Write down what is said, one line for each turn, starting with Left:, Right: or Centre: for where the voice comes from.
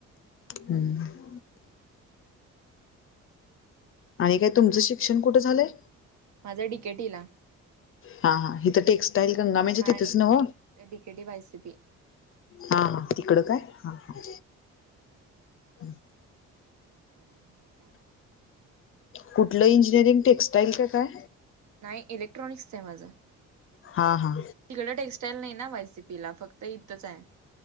Left: हम्म. आणि काय तुमचं शिक्षण कुठं झालंय?
Right: माझ डीकेटीला.
Left: हा, हा हिथं टेक्स्टाईल, गंगामाईच्या
Right: नाही
Left: तिथेच नव्ह?
Right: डीकेटी वायसीपी
Left: हा, हा तिकडं काय, हा, ह. <inaudible>
Right: अजून मग काय?
Left: कुठलं इंजिनिअरिंग टेक्स्टाइल का काय?
Right: नाही इलेक्ट्रॉनिक्सच माझं.
Left: हा, हा.
Right: तिकड टेक्स्टाइल नाही ना वायसीपीला फक्त इथंच हाय,